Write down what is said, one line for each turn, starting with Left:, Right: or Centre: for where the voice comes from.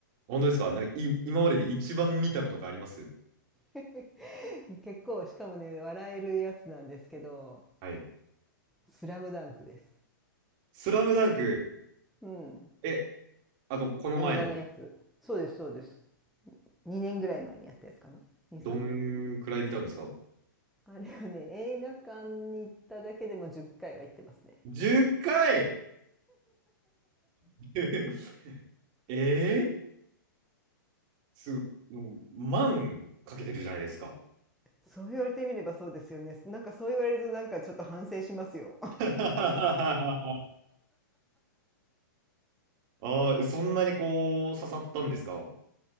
Right: 本当ですかなんかい、今までで一番見たのとかあります
Centre: <laughs> 結構しかもね笑えるやつなんですけど
Right: はい。
Centre: 「スラムダンクです。
Right: スラムダンク、
Centre: うん。
Right: え、あと、この前の、
Centre: 映画のやつ。そうですそうです。2年ぐらい前にやったやつかな。2、
Right: どんくらい見たんですか
Centre: 3年前。あれはね映画館に行っただけでも10回は行ってますね。
Right: ?10 回 <laughs> えー、すごい、もう、万かけてるじゃないですか。
Centre: そう言われてみればそうですよね。なんかそう言われるとなんかちょっと反省しますよ。
Right: <laughs> ああ、そんなにこう、刺さったんですか